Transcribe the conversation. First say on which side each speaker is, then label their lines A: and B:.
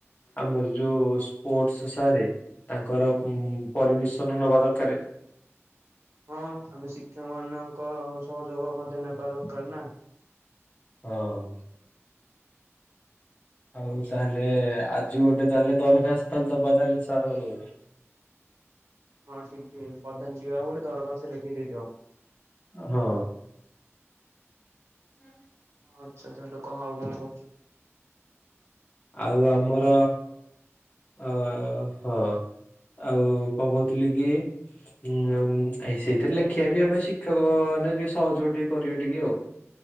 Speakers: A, on the left; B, on the right.
A: ଆମର ଯୋଉ ସ୍ପୋର୍ଟସ ସାରେ ତାଙ୍କର ପରମିସନ ନବା ଦରକାର।
B: ହଁ ଆମେ ଶିକ୍ଷକ ମାନଙ୍କ ସହଯୋଗ ମଧ୍ୟ ନେବା ଦରକାର ନା?
A: ହଁ। ଆଉ ତାହେଲେ ଆଜି ଗୋଟେ ଚାଲେ ଦରଖାସ୍ତ ଦବା ଚାଲେ ସାରମାନଙ୍କୁ।
B: ହଁ ଠିକ ଟିକେ ବର୍ତମାନ ଯିବା ଗୋଟେ ଦରଖାସ୍ତ୍ ଲେଖି ଦେଇଦିଅ।
A: ହଁ। ହଁ
B: ହଁ ଆଛା ତାେହାଲେ ଆଉ କଣ କରୁଛୁ?
A: ଆଉ ଆମର ଅ ହଁ। ଆଉ କଣ କହୁଥିଲି କି? ଉଁ ଆ ସେଇଥିରେ ଲେଖିବା ବି ଆମେ ଶିକ୍ଷକ ମାନେ ଟିକେ ସହଯୋଗ ଟିକେ କରିବେ ଟିକେ ଆଉ